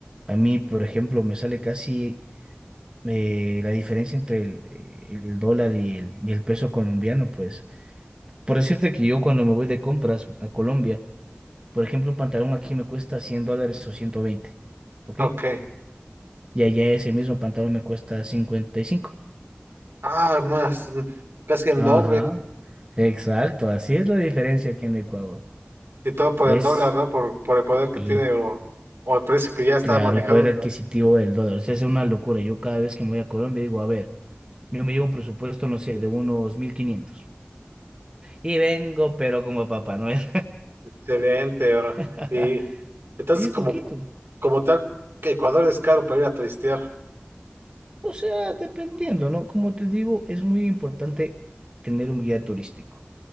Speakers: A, on the right (about 25°); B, on the right (about 75°).
A: a mí, por ejemplo, me sale casi eh, la diferencia entre el, el dólar y el, y el peso colombiano, pues. Por decirte que yo cuando me voy de compras a Colombia, Por ejemplo, un pantalón aquí me cuesta 100 dólares o 120, ¿ok?
B: Ok.
A: Y allá ese mismo pantalón me cuesta 55.
B: Ah, más, mm, casi en
A: Ajá,
B: doble.
A: exacto, así es la diferencia aquí en Ecuador.
B: Y todo por
A: Es,
B: en dólar, ¿no? Por, por el poder que
A: y
B: tiene o, o el precio que ya está
A: claro,
B: manejado.
A: el poder adquisitivo del dólar. O sea, es una locura. Yo cada vez que me voy a Colombia digo, a ver, yo me llevo un presupuesto, no sé, de unos mil quinientos Y vengo, pero como Papá Noel.
B: Excelente, bro.
A: <laughs>
B: Y entonces,
A: Y es
B: como,
A: poquito.
B: como tal, que Ecuador es caro para ir a turistear,
A: O sea, dependiendo, ¿no? Como te digo, es muy importante tener un guía turístico.